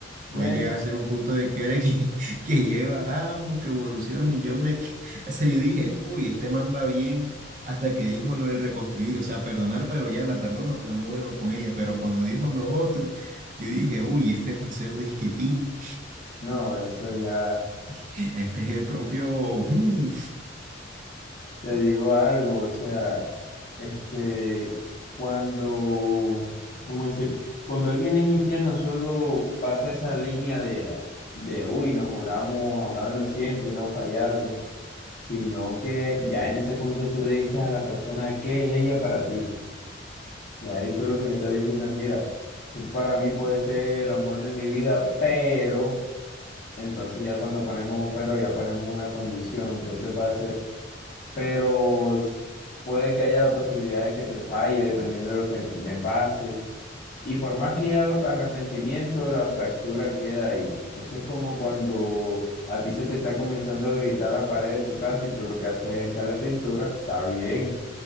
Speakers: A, on the left; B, on the right.
A: me,
B: puede llegar a ser un punto de quiebre que, <laughs> que lleva a ambos, que evoluciona. Y yo me, que- <laughs> o sea, yo dije, uy, este man va bien, hasta que dijo lo del reconstruir, o sea, perdonar, pero ya la perdono, pero no vuelvo con ella. Pero cuando dijo lo otro, yo dije, uy, este parcero disquetín,
A: no, eso ya.
B: <laughs> este es el propio, mm,
A: Te digo algo, o sea, este, cuando, ¿cómo decir? Cuando alguien es infiel, no solo pasa esa línea de, de, uy, nos juramos amarnos siempre y no fallarnos, sino que ya en ese punto tú le dices a la persona qué es ella para ti. Y ahí tú lo que le estás diciendo es, mira, tú para mí puedes ser el amor de mi vida, pero, entonces ya cuando ponemos un pero, ya ponemos una condición, entonces va a ser pero s- puede que haya la posibilidad de que te falle dependiendo de lo que me pase. Y por más que haya arrepentimiento, la fractura queda ahí. Eso es como cuando a ti se te está comenzando a gritar la pared de tu casa y tú lo que haces es echarle pintura. Está bien,